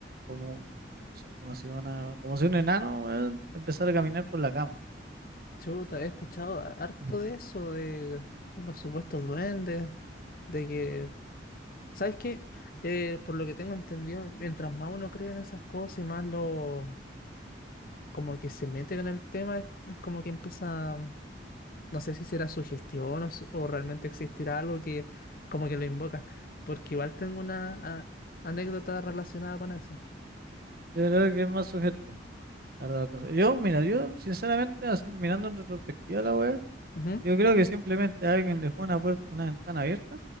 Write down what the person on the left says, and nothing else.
Chuta, he escuchado a- harto
de eso, de los supuestos duendes, de que, ¿sabes qué? Eh, por lo que tengo entendido, mientras más uno cree en esas cosas y más lo, como que se mete en el tema, es, es como que empieza No sé si será sugestión o, s- o realmente existirá algo que como que lo invoca, porque igual tengo una a- anécdota relacionada con eso.
Ujú,